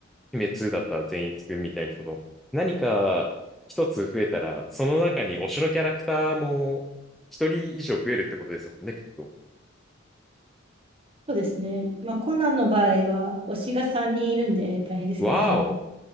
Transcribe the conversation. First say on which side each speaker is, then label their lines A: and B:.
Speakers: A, in the centre; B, on the right.
A: 鬼滅だったら善逸くんみたいに、その、何か一つ増えたら、その中に推しのキャラクターも、一人以上増えるってことですもんね、きっと。
B: そうですね。まあ、コナンの場合は、推しが3人いるんで大変ですけど。
A: わーお、